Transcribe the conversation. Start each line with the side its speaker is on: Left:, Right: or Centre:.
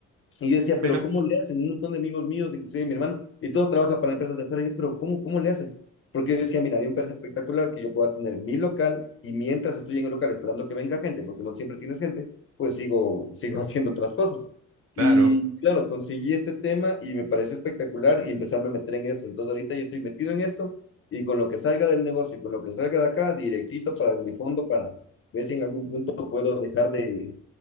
Left: Y yo decía,
Right: No, mira,
Left: pero ¿cómo le hacen? Un montón de amigos míos, inclusive mi hermano, y todos trabajan para empresas de afuera. Y yo, pero ¿cómo, cómo le hacen? Porque yo decía, mira, a mí me parece espectacular que yo pueda tener mi local y mientras estoy en el local esperando que venga gente, porque no siempre tienes gente, pues sigo, <laughs> sigo haciendo otras cosas.
Right: claro.
Left: Y claro, conseguí este tema y me parece espectacular y empezarme a meter en esto. Entonces ahorita yo estoy metido en esto y con lo que salga del negocio y con lo que salga de acá, directito para mi fondo para ver si en algún punto puedo dejar de,